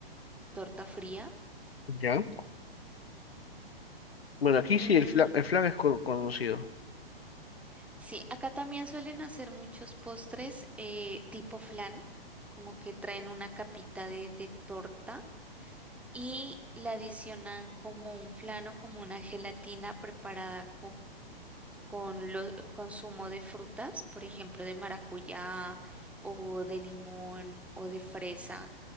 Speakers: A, in the centre; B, on the left (about 80°).
A: torta fría.
B: ¿Ya? Bueno, aquí
A: Mm,
B: sí el flan, el flan es co- conocido.
A: Sí, acá también suelen hacer muchos postres eh, tipo flan, como que traen una capita de, de torta y la adicionan como un flan o como una gelatina preparada con los consumo de frutas, por ejemplo, de maracuyá o de limón o de fresa.